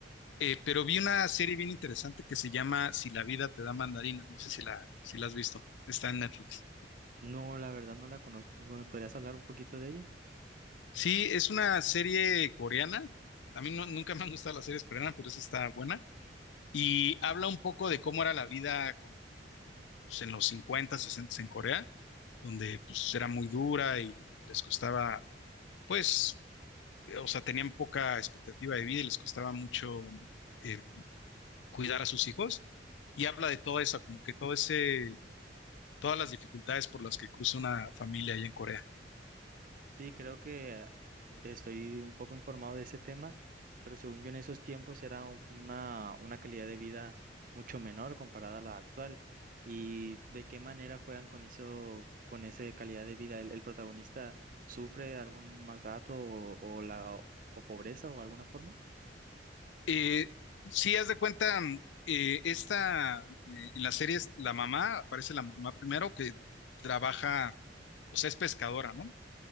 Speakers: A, on the left; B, on the right.
A: Eh, pero vi una serie bien interesante que se llama Si la vida te da mandarinas. No sé si la, si la has visto. Está en Netflix.
B: No, la verdad no la conozco. ¿Me podrías hablar un poquito de ella?
A: Sí, es una serie coreana. A mí no- nunca me han gustado las series coreanas, pero esa está buena. Y habla un poco de cómo era la vida como pues, en los 50, 60 en Corea, donde pues era muy dura y les costaba, pues, o sea, tenían poca expectativa de vida y les costaba mucho eh, cuidar a sus hijos. Y habla de todo eso, como que todo ese, todas las dificultades por las que cruza una familia allá en Corea.
B: Sí, creo que estoy un poco informado de ese tema, pero según yo en esos tiempos era u- una, una calidad de vida mucho menor comparada a la actual. ¿Y de qué manera juegan con eso, con esa calidad de vida? ¿El, el protagonista sufre algún maltrato o, o la o pobreza o alguna forma?
A: Eh, si haz de cuenta, mm, eh, esta, eh, en las series, la mamá, aparece la mamá primero que trabaja, o sea, es pescadora, ¿no?